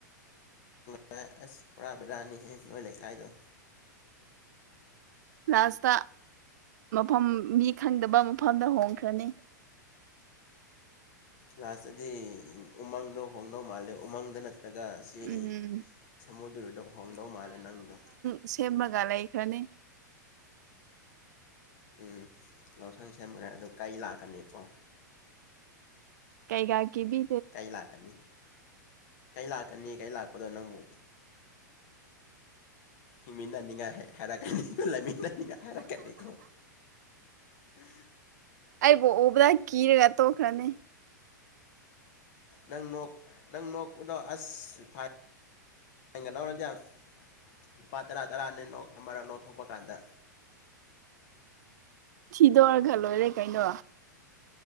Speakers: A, on the left; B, on the right.
A: ꯈ ꯑꯁ ꯄꯨꯔꯥ ꯕꯤꯔꯥꯅꯤꯍꯦ ꯅꯣꯏ ꯂꯩꯀꯥꯏꯗꯣ
B: ꯂꯥꯁꯇ ꯃꯐꯝ ꯃꯤ ꯈꯪꯗꯕ ꯃꯐꯝꯗ ꯍꯣꯡꯈ꯭ꯔꯅꯤ
A: ꯂꯥꯁꯇꯗꯤ ꯎꯃꯪꯗꯣ ꯍꯣꯡꯗꯧ ꯃꯥꯜꯂꯦ ꯎꯃꯪꯗ ꯅꯠꯇ ꯅꯂꯒ ꯆꯦ
B: ꯎꯝ
A: ꯁꯃꯨꯗ꯭ꯔꯗ ꯍꯣꯡꯗꯧ ꯃꯥꯜꯂꯦ ꯅꯪꯗꯣ
B: ꯁꯦꯝꯔꯒ ꯂꯩꯈ꯭ꯔꯅꯤ
A: ꯎꯝ ꯂꯎꯁꯪ ꯁꯦꯝꯈ꯭ꯔꯦ ꯑꯗꯣ ꯀꯩ ꯂꯥꯛꯀꯅꯤꯀꯣ
B: ꯀꯩꯒꯥꯀꯤꯕꯤ
A: ꯀꯩ ꯂꯥꯛꯀꯅꯤ ꯀꯩ ꯂꯥꯛꯀꯅꯤ ꯀꯩ ꯂꯥꯛꯄꯗꯣ ꯅꯪꯕꯨ ꯍꯤꯡꯃꯤꯟꯅꯅꯤꯡꯉꯥꯏ ꯍꯥꯏꯔꯛ ꯀꯅꯤ ꯂꯩꯃꯤꯟꯅꯅꯤꯡꯉꯥꯏ ꯍꯥꯏꯔꯛꯀꯅꯤꯀꯣ ꯎꯝ
B: ꯑꯩꯕꯨ ꯎꯕꯗ ꯀꯤꯔꯒ ꯇꯣꯛꯈ꯭ꯔꯅꯤ
A: ꯅꯪ ꯅꯪ ꯅꯣꯛꯄꯗꯣ ꯑꯁꯒ ꯍꯧꯔꯗꯤ ꯌꯥꯝ ꯂꯨꯄꯥ ꯇꯔꯥ ꯇꯔꯥꯅꯤ ꯅ ꯑꯃꯔ ꯅꯣꯛ ꯊꯣꯛꯄ ꯀꯥꯟꯗ
B: ꯊꯤꯗꯣꯛꯑꯒ ꯂꯣꯏꯔꯦ ꯀꯩꯅꯣ